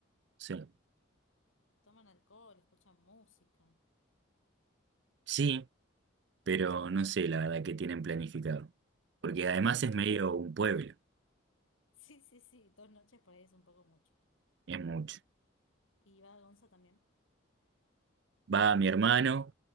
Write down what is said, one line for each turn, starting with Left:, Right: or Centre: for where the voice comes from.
Right: sea,
Left: toman alcohol, escuchan música.
Right: sí, pero no sé la verdad que tienen planificado, porque además
Left: Y
Right: es
Left: <laughs>
Right: medio un pueblo,
Left: sí, sí, sí, dos noches por ahí es un poco mucho.
Right: es mucho.
Left: ¿Y va Gonza también?
Right: Va mi hermano